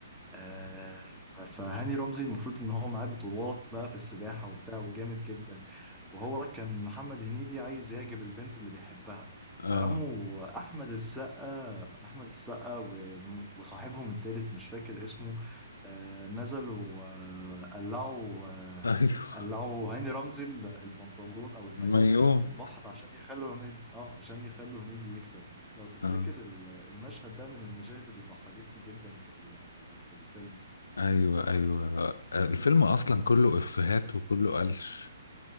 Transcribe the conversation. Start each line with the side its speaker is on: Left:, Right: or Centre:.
Centre: آه فهاني رمزي المفروض ان هو معاه بطولات بقى في السباحة وبتاع وجامد جدا وهو كان محمد هنيدي عايز يعجب البنت اللي بيحبها
Left: اه
Centre: فقاموا أحمد السقا أحمد السقا و- وصاحبهم التالت مش فاكر اسمه آه، نزلوا آه، قلعوا آه،
Left: ايوه
Centre: قلعوا هاني رمزي ال- البنطلون أو المايوه
Left: الميوم
Centre: في البحر عشان يخلوا هنيدي اه عشان يخلوا هنيدي يكسب لو تفتكر
Left: اه
Centre: ال- المشهد ده من المشاهد اللي ضحكتني جدا في ال- في الفيلم
Left: ايوه ايوه الفيلم اصلا كله افيهات وكله قلش